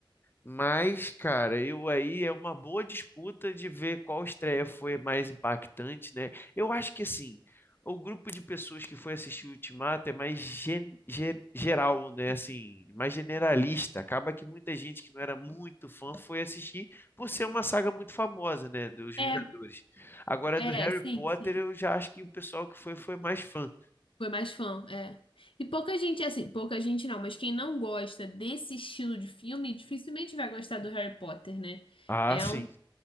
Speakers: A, on the left (about 25°); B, on the left (about 80°).
A: Mas, cara, eu aí é uma boa disputa de ver qual estreia foi mais impactante, né? Eu acho que assim, o grupo de pessoas que foi assistir o Ultimato é mais gen- ge- geral, né? Assim, mais generalista. Acaba que muita gente que não era muito fã foi assistir por ser uma saga muito famosa, né? Dos
B: É,
A: Vingadores. Agora,
B: é,
A: do Harry
B: sim,
A: Potter,
B: sim.
A: eu já acho que o pessoal que foi foi mais fã.
B: Foi mais fã, é. E pouca gente, assim, pouca gente não, mas quem não gosta desse estilo de filme dificilmente vai gostar do Harry Potter, né?
A: Ah,
B: É
A: sim.
B: um,